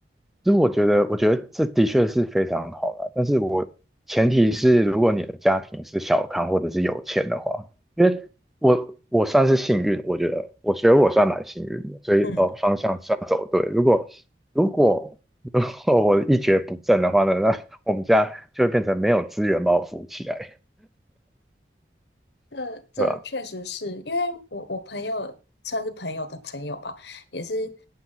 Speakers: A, in the centre; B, on the left.
A: 其实我觉得，我觉得这的确是非常好啦，但是我前提是，如果你的家庭是小康或者是有钱的话，因为我我算是幸运，我觉得，我觉得我算蛮幸运的，所以哦方向算走对。
B: 嗯
A: 如果如果 <laughs> 如果我一蹶不振的话呢，那我们家就会变成没有资源把我扶起来，
B: 这这确实是因为我我朋友算是朋友的朋友吧，
A: 对吧、
B: 也是